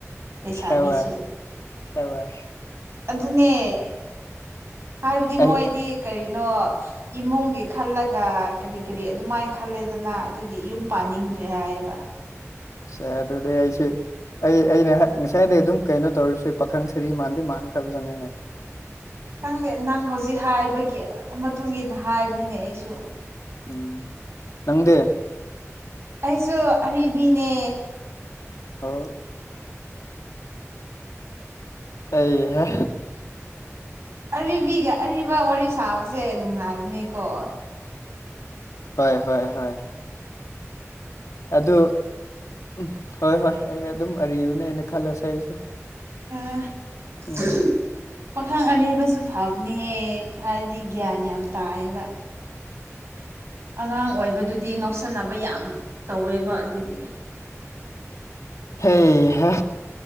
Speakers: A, on the right; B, on the left.
A: ꯂꯩꯁꯥꯕꯤꯁꯨ
B: ꯁꯕꯥꯁ ꯁꯕꯥꯁ
A: ꯑꯗꯨꯅꯦ ꯍꯥꯏꯕꯗꯤ
B: ꯑꯩ
A: ꯃꯣꯏꯗꯤ ꯀꯔꯤꯅꯣ ꯏꯃꯨꯡꯒꯤ ꯈꯜꯂꯒ ꯀꯔꯤ ꯀꯔꯤ ꯑꯗꯨꯃꯥꯏ ꯈꯜꯂꯦꯗꯅ ꯑꯗꯨꯒꯤ ꯌꯨꯝ ꯄꯥꯟꯅꯤꯡꯗ꯭ꯔꯦ ꯍꯥꯏꯌꯦꯕ
B: ꯁꯦ ꯑꯗꯨꯗꯤ ꯑꯩꯁꯤ ꯑꯩ ꯑꯩꯅ ꯉꯁꯥꯏꯗꯩ ꯑꯗꯨꯝ ꯀꯩꯅꯣ ꯇꯧꯔꯤꯕꯁꯦ ꯄꯥꯈꯪ ꯁꯔꯤ ꯃꯥꯟꯗꯤ ꯃꯥꯟꯈ꯭ꯔꯕꯖꯥꯅꯤꯅꯦ
A: ꯈꯪꯗꯦ ꯅꯪ ꯍꯧꯖꯤꯛ ꯍꯥꯏꯕꯒꯤ ꯃꯇꯨꯡ ꯏꯟꯅ ꯍꯥꯏꯕꯅꯤꯅꯦ ꯑꯩꯁꯨ
B: ꯎꯝ ꯅꯪꯗꯤ
A: ꯑꯩꯁꯨ ꯑꯔꯤꯕꯤꯅꯦ
B: ꯑꯣ ꯑꯩꯍꯥ
A: ꯑꯔꯤꯕꯤꯒ ꯑꯔꯤꯕ ꯋꯥꯔꯤ ꯁꯥꯕꯁꯦ ꯅꯨꯡꯉꯥꯏꯕꯅꯦꯀꯣ
B: ꯍꯣꯏ ꯍꯣꯏ ꯍꯣꯏ ꯑꯗꯨ ꯎꯝ ꯍꯣꯏ ꯍꯣꯏ ꯑꯩ ꯑꯗꯨꯝ ꯑꯔꯤꯕꯅꯦꯅ ꯈꯜꯂꯁꯦ ꯑꯩꯁꯨ
A: <inaudible>
B: ꯎꯝ
A: ꯄꯥꯈꯪ ꯑꯔꯤꯕꯁꯨ ꯐꯕꯅꯦꯍꯦ ꯍꯥꯏꯕꯗꯤ ꯒ꯭ꯌꯥꯟ ꯌꯥꯝ ꯇꯥꯏꯌꯦꯕ ꯑꯉꯥꯡ ꯑꯣꯏꯕꯗꯨꯗꯤ ꯉꯥꯎꯁꯟꯅꯕ ꯌꯥꯝ ꯇꯧꯋꯦꯕ ꯑꯗꯨꯒꯤ
B: ꯍꯦꯍꯥ